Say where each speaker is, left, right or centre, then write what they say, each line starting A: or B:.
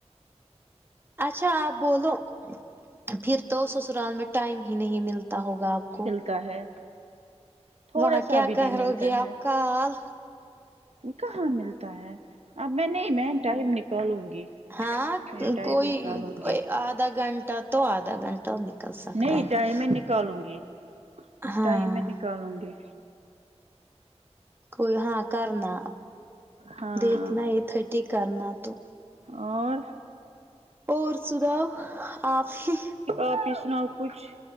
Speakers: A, on the right (about 20°); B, on the right (about 70°).
A: اچھا آپ بولو پھر تو سسرال میں ٹائم ہی نہیں مل تا ہوگا آپ کو
B: کا ہے تھوڑا
A: وہاں
B: سا
A: کیا
B: بھی نہیں
A: کررو
B: ملتا
A: گے
B: ہے
A: آپ کال
B: کہاں ملتا ہے اب میں نہیں میں ٹائم نکالوں گی
A: ہاں
B: میں ٹائم
A: کوئی
B: نکالوں گی
A: آدھا گھنٹہ تو آدھا گھنٹہ سکتا
B: نہیں
A: ہے
B: ٹائم میں نکالوں گی
A: ہاں
B: ٹائم میں نکالوں گی
A: کوئی ہاں کرنا
B: ہاں
A: دیکھنا تھرٹی کرنا تو
B: اور
A: اور سناؤ آپ ہی
B: آپی سناؤ کچھ